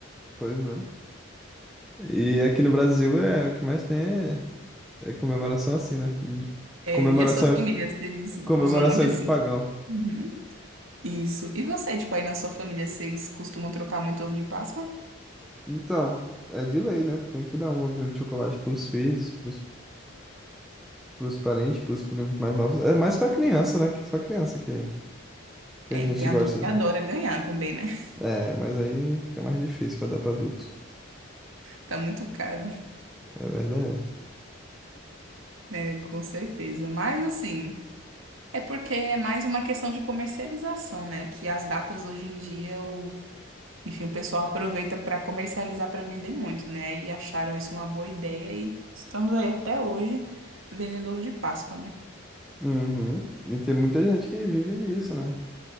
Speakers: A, in the centre; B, on the right.
A: Pois né? E aqui no Brasil é o que mais tem é, é comemoração assim, né? De-
B: É,
A: comemoração,
B: e a sua família, vocês
A: comemoração
B: usam muito assim?
A: de pagão.
B: Uhum. Isso. E você, tipo, aí na sua família, vocês costumam trocar muito ovo de Páscoa?
A: Então, é de lei, né? Tem que dar um ovinho de chocolate pros filhos, pros, pros parentes, pros primos mais novos. É mais pra criança, né? Que Só criança que, que
B: É,
A: a gente
B: tem adulto
A: gosta.
B: que
A: de-
B: adora ganhar também, né? <laughs>
A: É, mas aí fica mais difícil pra dar pra adulto.
B: Tá muito caro,
A: É verdade.
B: né? Com certeza. Mas assim, é porque é mais uma questão de comercialização, né? Que as datas hoje em dia, o... enfim, o pessoal aproveita para comercializar para vender muito, né? E acharam isso uma boa ideia e estamos aí até hoje vendendo ovo de Páscoa, né?
A: Uhum. E tem muita gente que vive disso, né?